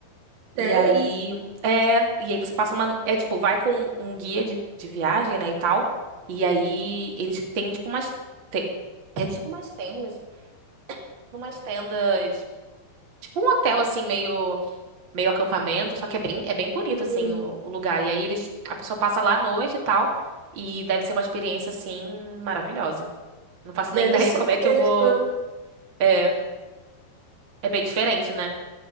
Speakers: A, on the right; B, on the right.
A: E
B: Sério?
A: aí é, e aí você passa uma, no- é tipo, vai com um guia de, de viagem, né, e tal. E aí eles têm tipo umas te- é tipo umas tendas, tipo umas tendas, tipo um hotel assim meio meio acampamento, só que é bem, é bem bonito,
B: Hum,
A: assim, o, o lugar. E aí eles, a pessoa passa lá à noite e tal, e deve ser uma experiência, assim, maravilhosa. Não faço
B: deve
A: nem <laughs> ideia
B: ser
A: como é que
B: mesmo.
A: eu vou. É, é bem diferente, né?